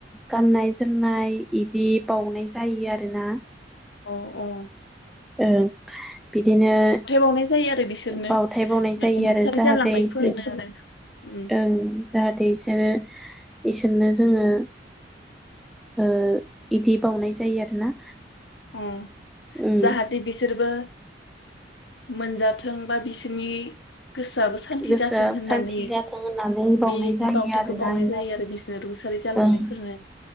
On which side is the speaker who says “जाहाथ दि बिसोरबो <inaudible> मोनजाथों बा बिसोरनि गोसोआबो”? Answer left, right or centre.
Left